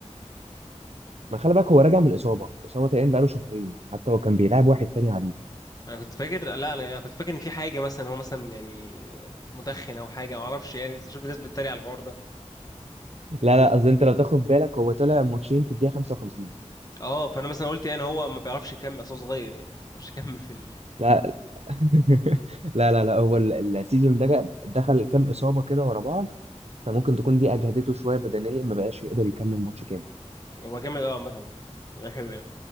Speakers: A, on the right; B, on the left.
A: ما خلي بالك هو راجع من اصابه اصابه تقريبا بقاله شهرين حتى هو كان بيلعب واحد تاني عليه <laughs>
B: انا كنت فاكر لا انا أنا كنت فاكر ان في حاجه مثلا هو مثلا يعني مدخن او حاجه ما اعرفش يعني شفت ناس بتتريق على الحوار ده
A: لا لا قصدي انت لو تاخد بالك هو طلع ماتشين في الدقيقه 55
B: اه فانا مثلا قلت يعني هو ما بيعرفش يكمل اصلا صغير يعني ما بيعرفش يكمل في
A: لا لا <laughs> لا لا, لا هو ال- السيزون ده جا- دخل كام اصابه كده ورا بعض فممكن تكون دي اجهدته شويه بدنيا ما بقاش يقدر يكمل ماتش كامل
B: هو جامد قوي عامة لعيب حلو يعني